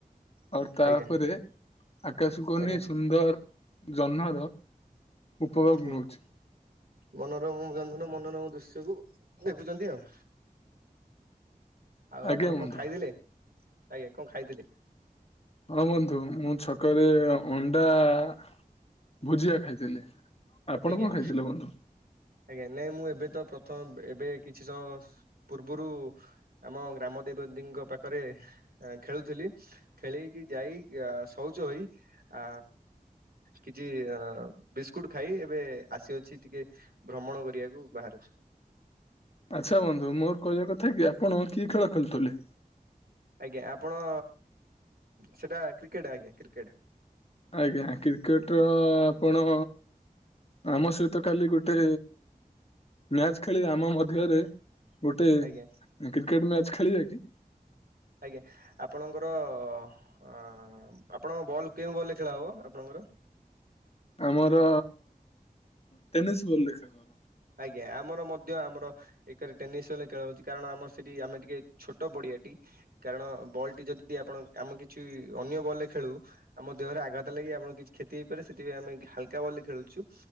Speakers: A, on the left (about 40°); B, on the right (about 85°).
A: ଅର୍ ତାପରେ
B: ଆଜ୍ଞା
A: ଆକାଶକୁ ଅନେଇ
B: ଆଜ୍ଞା
A: ସୁନ୍ଦର ଜହ୍ନ ଉପଭୋଗ
B: ହୁଁ
A: ନଉଚି।
B: ମନୋରମ ଜନ୍ମନ ମନୋରମ ଦୃଶ୍ୟକୁ ଦେଖୁଚନ୍ତି ଆଉ। ଆଉ
A: ଆଜ୍ଞା
B: ଆପଣ କଣ
A: ବନ୍ଧୁ
B: ଖାଇଥିଲେ? ଆଜ୍ଞା କଣ ଖାଇଥିଲେ?
A: ହଁ ବନ୍ଧୁ ମୁଁ ଛକରେ ଅଣ୍ଡା- - ଭୁଜିଆ ଖାଇଥିଲି। ଆପଣ
B: ଆଜ୍ଞା।
A: କଣ ଖାଇଥିଲେ ବନ୍ଧୁ?
B: ଆଜ୍ଞା, ନାଇଁ ମୁଁ ଏବେ ତ ପ୍ରଥମ ଏବେ କିଛି ସମୟ ପୂର୍ବରୁ ଆମ ଗ୍ରାମ ଦେବେ ଦେବୀଙ୍କ ପାଖରେ ଖେଳୁଥିଲି। ଖେଳକି ଯାଇ ଶୌଚ ହୋଇ ଆ କିଛି ଅ ବିସ୍କୁଟ ଖାଇ ଏବେ ଆସିଅଛି ଟିକେ ଭ୍ରମଣ କରିବାକୁ ବାହହାରକୁ।
A: ଆଚ୍ଛା ବନ୍ଧୁ, ମୋର କହିବା କଥା କି, ଆପଣ କିଏ ଖେଳ ଖେଳୁଥିଲେ?
B: ଆଜ୍ଞା, ଆପଣ ସେଟା କ୍ରିକେଟ ଆଜ୍ଞା କ୍ରିକେଟ।
A: ଆଜ୍ଞା, କ୍ରିକେଟ ର ଆପଣ ଆମ ସହିତ କାଲି ଗୋଟେ ମ୍ୟାଚ ଖେଳିବେ ଆମ ମଧ୍ୟରେ। ଗୋଟେ
B: ଆଜ୍ଞା
A: କ୍ରିକେଟ ମ୍ୟାଚ ଖେଳିବା କି?
B: ଆଜ୍ଞା, ଆପଣଙ୍କର ଅ ଆପଣଙ୍କ ବଲ୍ କେଉଁ ବଲରେ ଖେଳ ହବ ଆପଣଙ୍କର?
A: ଆମର ଟେନିସ୍ ବଲ୍ ଖେଳ। ହବ।
B: ଆଜ୍ଞା, ଆମର ମଧ୍ୟ ଆମର ଏକରେ ଟେନିସ୍ ବଲ୍ ଖେଳ ହଉଛି, କାରଣ ଆମର ସେଠି ଆମେ ଟିକେ ଛୋଟ ପଡିଆଟି। କାରଣ, ବଲ୍ ଟି ଯଦି ଆପଣ ଆମେ କିଛି ଅନ୍ୟ ବଲ୍ ରେ ଖେଳୁ। ଆମ ଦେହରେ ଆଘାତ ଲାଗି ଆପଣଙ୍କୁ କିଛି କ୍ଷତି ହେଇପାରେ। ସେଥିପାଇଁ ଆମେ ହାଲକା ବଲ୍ ରେ ଖେଳୁଛୁ।